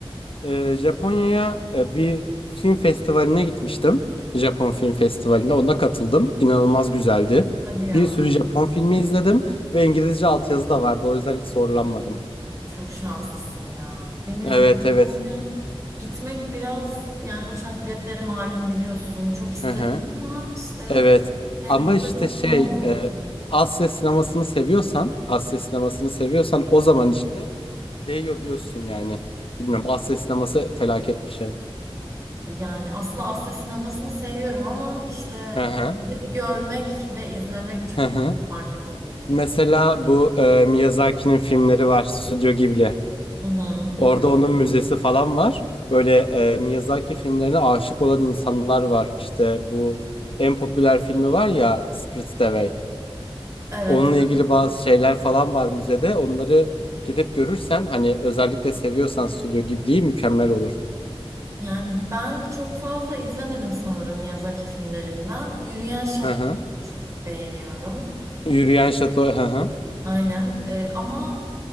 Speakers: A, on the left (about 65°); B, on the right (about 30°).
A: E, Japonya'ya e, bir film festivaline gitmiştim. Japon Film Festivali'ne ona katıldım. İnanılmaz güzeldi.
B: Hadi ya.
A: Bir sürü Japon filmi izledim ve İngilizce altyazı da vardı. O yüzden hiç zorlanmadım.
B: Çok şanslısın ya. Bilmiyorum.
A: Evet evet.
B: Japonya gitmek biraz yani uçak biletleri malum biliyorsun. Çok isterim
A: Hı hı.
B: ama işte
A: Evet
B: henüz
A: ama işte
B: fırsatım
A: şey
B: olmadı.
A: e, Asya sinemasını seviyorsan Asya sinemasını seviyorsan o zaman işte değiyor diyorsun yani. Bilmiyorum Asya sineması felaket bir şey.
B: Yani aslında Asya sinemasını seviyorum ama işte
A: Hı hı.
B: gidip görmek ve izlemek çok
A: Hı hı.
B: daha farklı tabii ki
A: Mesela
B: ya.
A: bu e, Miyazaki'nin filmleri var Stüdyo Ghibli.
B: Hı hı, biliyorum.
A: Orada onun müzesi falan var. Böyle e, Miyazaki filmlerine aşık olan insanlar var. İşte bu en popüler filmi var ya Spirited Away.
B: Evet.
A: Onunla ilgili bazı şeyler falan var müzede. Onları gidip görürsen hani özellikle seviyorsan Stüdyo Ghibli'yi mükemmel olur.
B: Yani ben çok fazla izlemedim sanırım Miyazaki filmlerinden. Yürüyen Şato'yu
A: Hı hı.
B: çok beğeniyorum.
A: Yürüyen şato hı hı.
B: Aynen. Ee, ama